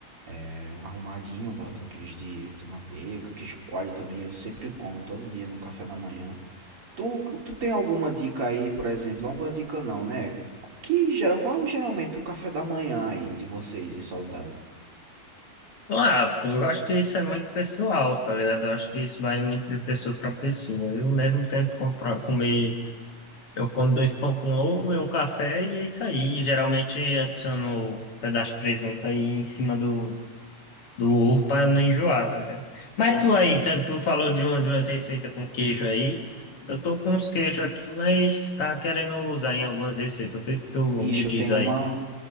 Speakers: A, on the right; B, on the left.
A: É um arrumadinho, bota um queijo de, de manteiga, queijo coalho também, eu sempre como todo dia no café da manhã. Tu, tu tem alguma dica aí, por exemplo? Alguma dica não, né? Que geral, qual é geralmente o café da manhã aí de vocês em Soledade?
B: Ah, pô, eu acho que isso é muito pessoal, tá ligado? Eu acho que isso vai muito de pessoa para pessoa. Eu mesmo tento comprar, comer. Eu como dois pão com ovo e um café e é isso aí. Geralmente adiciono um pedaço de presunto aí em cima do, do ovo para não enjoar, tá ligado? Mas
A: Interessante.
B: tu aí, tá- tu falou de, um, de umas receitas com queijo aí. Eu tô com uns queijos aqui, mas tá querendo usar em algumas receitas. O que que tu
A: Bicho,
B: me diz
A: tem
B: aí?
A: uma,